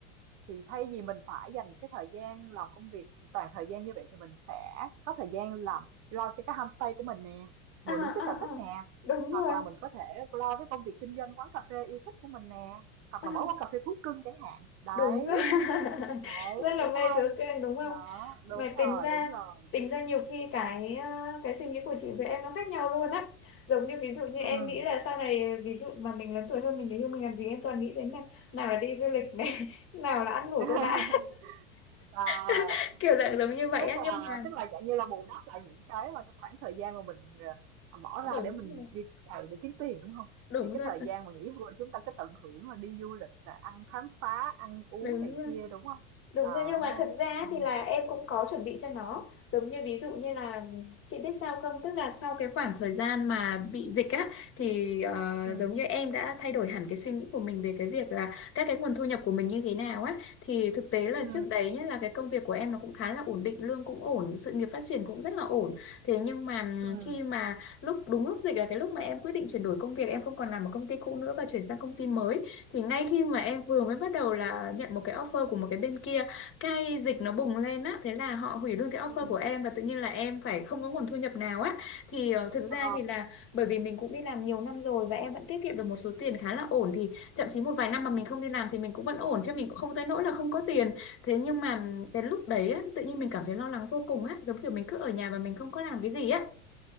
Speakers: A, on the right; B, on the left.
A: Thì thay vì mình phải dành cái thời gian làm công việc toàn thời gian như vậy thì mình sẽ có thời gian làm lo cho cái homestay của mình nè, vừa
B: à
A: đúng cái
B: à
A: sở
B: à
A: thích nè,
B: đúng
A: hoặc
B: rồi
A: là mình có thể lo cái công việc kinh doanh quán cà phê yêu thích của mình nè, hoặc
B: à
A: là mở quán cà phê thú cưng chẳng hạn. Đấy.
B: đúng rồi <laughs>
A: Đấy,
B: rất là
A: đúng
B: mê
A: không?
B: chữ kênh đúng không
A: Đó, đúng
B: mà tính
A: rồi,
B: ra
A: đúng rồi.
B: tính ra nhiều khi cái ờ, cái suy nghĩ của chị với em nó khác nhau luôn á giống như ví dụ như em
A: Ừm.
B: nghĩ là sau này ví dụ mà mình lớn tuổi hơn mình để yêu mình làm gì em toàn nghĩ đến này nào là đi du lịch này <laughs> nào là ăn ngủ
A: <laughs>
B: cho đã
A: À,
B: <laughs> kiểu dạng giống như vậy
A: tức
B: á nhưng
A: là
B: mà
A: tức là dạng như là bù đắp lại những cái mà trong khoảng thời gian mà mình, ờ, ờ, bỏ
B: đúng
A: ra để mình
B: rồi
A: đi cày để kiếm tiền, đúng không?
B: đúng
A: Thì cái
B: rồi
A: thời gian mà nghỉ hưu là chúng ta cứ tận hưởng là đi du lịch nè, ăn khám phá, ăn uống
B: đúng
A: này kia, đúng không?
B: Đúng
A: Đó,
B: rồi nhưng mà thật ra
A: Ừ.
B: thì là em cũng có chuẩn bị cho nó giống như ví dụ như là chị biết sao không tức là sau cái khoảng thời gian mà bị dịch á thì ờ,
A: Ừ.
B: giống như em đã thay đổi hẳn cái suy nghĩ của mình về cái việc là các cái nguồn thu nhập của mình như thế nào á thì thực tế là
A: Ừ.
B: trước đấy nhất là cái công việc của em nó cũng khá là ổn định lương cũng ổn sự nghiệp phát triển cũng rất là ổn thế nhưng mà ừm,
A: Ừ.
B: khi mà lúc đúng lúc dịch là cái lúc mà em quyết định chuyển đổi công việc em không còn làm ở công ty cũ nữa và chuyển sang công ty mới thì ngay khi mà em vừa mới bắt đầu là nhận một cái offer của một cái bên kia cái dịch nó bùng lên á thế là họ hủy luôn cái offer
A: Ừ.
B: của em và tự nhiên là em phải không có nguồn thu nhập nào á thì ờ, thực
A: Ờ,
B: ra thì là bởi vì mình cũng đi làm nhiều năm rồi và em vẫn tiết kiệm được một số tiền khá là ổn thì thậm chí một vài năm mà mình không đi làm thì mình cũng vẫn ổn chứ mình cũng không tới nỗi là không có tiền thế nhưng mà cái lúc đấy á tự nhiên mình cảm thấy lo lắng vô cùng á giống kiểu mình cứ ở nhà và mình không có làm cái gì á